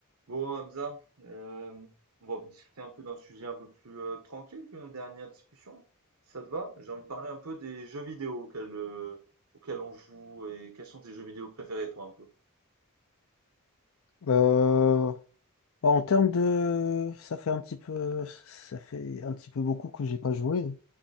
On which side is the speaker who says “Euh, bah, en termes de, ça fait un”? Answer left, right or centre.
Left